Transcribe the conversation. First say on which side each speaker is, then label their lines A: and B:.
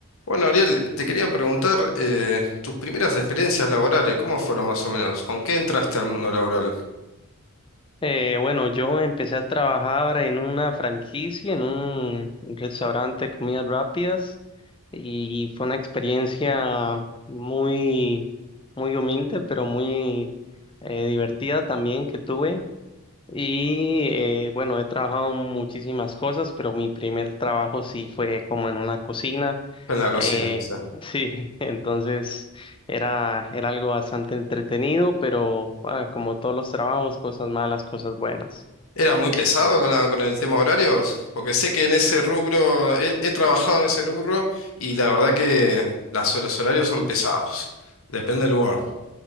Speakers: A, on the left; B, on the left.
A: Bueno, Ariel, te quería preguntar eh, tus primeras experiencias laborales, ¿cómo fueron más o menos? ¿Con qué entraste al mundo laboral?
B: Eh, bueno, yo empecé a trabajar en una franquicia, en un restaurante de comidas rápidas y fue una experiencia muy, muy humilde, pero muy eh, divertida también que tuve. Y eh, bueno, he trabajado en muchísimas cosas, pero mi primer trabajo sí fue como en una cocina.
A: En la cocina.
B: Eh,
A: sí.
B: sí, <laughs> entonces era, era algo bastante entretenido, pero ah, como todos los trabajos, cosas malas, cosas buenas.
A: ¿Era muy pesado con la- con el tema horarios? Porque sé que en ese rubro, he, he trabajado en ese rubro y la verdad que las, los horarios son pesados, depende del lugar.